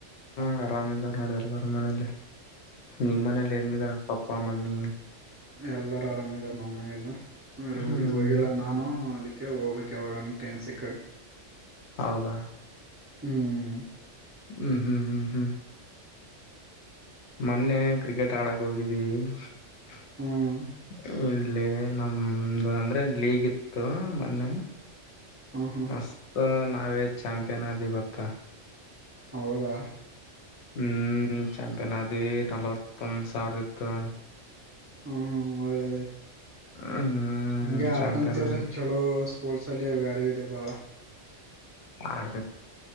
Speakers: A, on the left; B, on the right.
A: ಆರಾಮ್ಾರ ನೋಡಿ ಎಲ್ಲಾರ ಮನೇೆಯಲ್ಲಿ ನಿಮ್ಮ್ ಮನೇಲಿ ಹೆಂಗಿದಾರ ಅಪ್ಪ ಮಮ್ಮಿ
B: ಎಲ್ಲರ ಆರಾಮ್ ಇದಾರ ನಮ್ಮ ಮನಲ್ಲ
A: ಹ್ಮ್
B: ಊರಿರಿಗೆ ಹೋಗಲ್ಲ ನಾನು ಅದಕ್ಕೆ ಹೋಗ್ಕ್ ಯಾವಾಗ ಟೈಮ್ ಸಿಕ್ ಕೆ
A: ಹೌದಾ
B: ಹ್ಮ್
A: ಹ್ಮ್ ಹ್ಮ್ ಹ್ಮ್ ಹ್ಮ್ ಮೊನ್ನೆ ಕ್ರಿಕೆಟ್ ಆಡಕ್ ಹೋಗಿದ್ವಿ <inaudible>
B: ಹ್ಮ್
A: ಅಲ್ಲಿ ನಮ್ದ ಅಂದ್ರೆಲ್ಲಿ ಲೀಗಿತ್ತು ಮೊನ್ನೆ
B: ಹ್ಮ್ ಹ್ಮ್
A: ಮಸ್ತ ನಾವ ಚಾಂಪಿಯನ್ ಆದವಿ ಗೊತ್ತಾ
B: ಹೌದಾ
A: ಹ್ಮ್ ಚಾಂಪಿಯನ್ ಅಡಿವಿ ನಲವತ್ ಒಂದು ಸಾವಿರ ಇತ್ತು
B: ಹ್ಮ ಹ್ಮ ಒಳ್ಳೇದ
A: ಹ್ಮ್
B: ಹಂಗೆ ಆಡ್ಕೊಂತರ
A: ಚಾಂಪಿಯನ್ ಆದ್ವಿ
B: ಚಲೋ ಸ್ಪೋರ್ಟ್ಸಲ್ಲಿ ವ್ಯಾಲ್ಯೂ ಇದೆ ಭಾಳ
A: ಆಕ